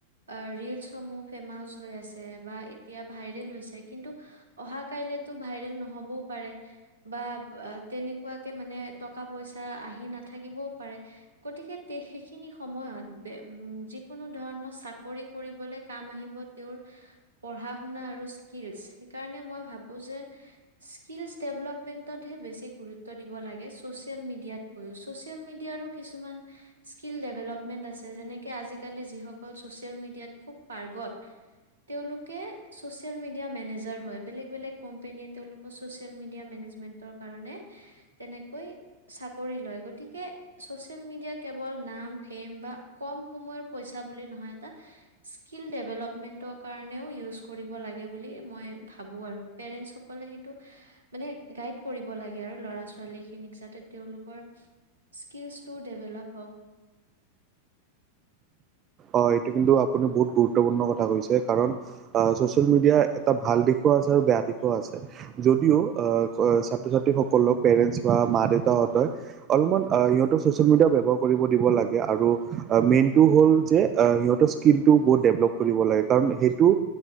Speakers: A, on the right (about 70°); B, on the right (about 30°).
A: আহ ৰিলচ সমূহ ফেমাচ হৈ আছে বা এতিয়া ভাইৰেল হৈছে কিন্তু অহা কাইলেতো ভাইৰেল নহ'বও পাৰে, বা তেনেকুৱাকে মানে টকা পইচা আহি নাথাকিবও পাৰে, গতিকে সেইখিনি সময়ত যিকোনো ধৰণৰ চাকৰি কৰিবলে কাম আহিব তেওঁৰ পঢ়া শুনা আৰু স্কিলচ সেইকাৰণে মই ভাবো যে স্কিলছ ডেভেলপমেণ্টতহে বেছি গুৰুত্ব দিব লাগে। ছচিয়েল মিডিয়াতকৈও, ছচিয়েল মিডিয়াৰো কিছুমান স্কিল ডেভেলপমেণ্ট আছে যেনেকে আজিকালি যিসকল ছচিয়েল মিডিয়াত খুব পাৰ্গত। তেওঁলোকে ছচিয়েল মিডিয়া মেনেজাৰ হয় বেলেগ বেলেগ কোম্পেনীয়ে তেওঁলোক ছচিয়েল মিডিয়া মেনেজমেন্টৰ কাৰণে তেনেকৈ চাকৰি লয়। গতিকে চচিয়েল মিডিয়া কেৱল নাম ফেম বা কম সময়ৰ পইচা বুলি নহয় এটা স্কিল ডেভেলপমেন্টৰ কাৰণেও ইউজ কৰিব লাগে বুলি মই ভাবো আৰু পেৰেণ্টছসকলে এইটো মানে গাইড কৰিব লাগে আৰু ল'ৰা ছোৱালীখিনিক যাতে তেওঁলোকৰ স্কিলচটো ডেভেলপ হওঁক।
B: অ এইটো কিন্তু আপুনি বহুত গুৰুত্বপূৰ্ণ কথা কৈছে। কাৰণ ছ'চিয়েল মিডিয়া এটা ভাল দিশো আছে আৰু বেয়া দিশো আছে। যদিও ছাত্ৰ ছাত্ৰীসকলক পেৰেণ্টছ বা মা দেউতাহঁতেই অলপমান সিহঁতক ছ'চিয়েল মিডিয়া ব্যৱহাৰ কৰিব দিব লাগে, আৰু মেইনটো হ'ল যে সিহঁতৰ স্কিলটো বহুত ডেভেলপ কৰিব লাগে। কাৰণ সেইটো